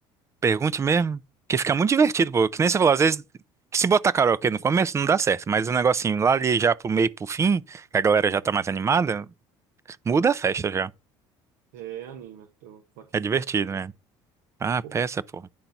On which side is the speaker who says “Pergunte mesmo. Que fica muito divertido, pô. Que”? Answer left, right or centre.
Right